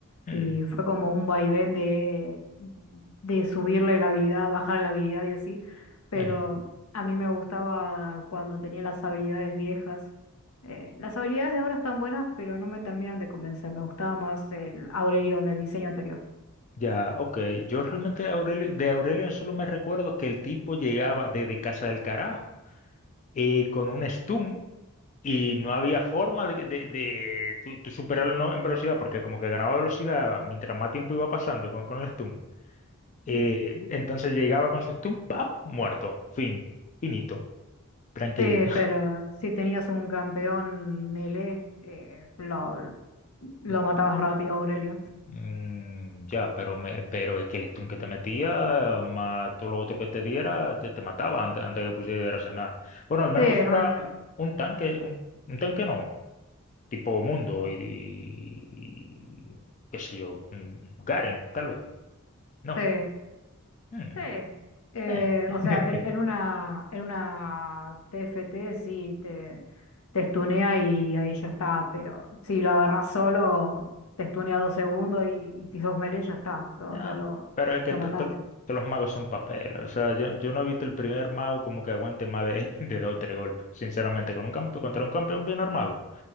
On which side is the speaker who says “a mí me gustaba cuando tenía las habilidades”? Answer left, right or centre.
Left